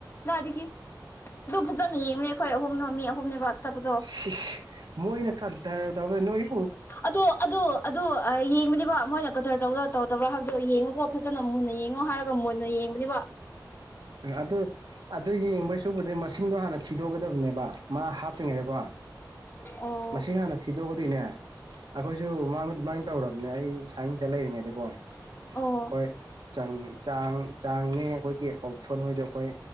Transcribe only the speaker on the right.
ꯁꯤ ꯃꯣꯏꯅ ꯀꯗꯔ ꯇꯧꯕꯅꯣꯏ
ꯑꯗꯨ ꯑꯗꯨ ꯌꯦꯡꯕꯁꯨꯕꯨꯗꯤ ꯃꯁꯤꯡꯗꯣ ꯍꯥꯟꯅ ꯊꯤꯗꯣꯛꯀꯗꯕꯅꯦꯕ ꯃꯥ ꯍꯥꯞꯇ꯭ꯔꯤꯉꯩꯗꯀꯣ
ꯃꯁꯤꯡ ꯍꯥꯅ ꯊꯤ ꯑꯗꯨꯒꯗꯤꯅꯦ ꯑꯩꯈꯣꯏꯁꯨ ꯃꯅ ꯑꯗꯨꯃꯥꯏꯅ ꯇꯧꯔꯕꯅꯦ ꯑꯩ ꯁꯥꯏꯟꯁꯇ ꯂꯩꯔꯤꯉꯩꯗꯀꯣ
ꯍꯣꯏ ꯆ ꯆꯥꯡ ꯆꯥꯡꯅꯦ ꯑꯩꯈꯣꯏꯒꯤ ꯊꯣꯟ ꯍꯣꯏꯗꯣ ꯑꯩꯈꯣꯏ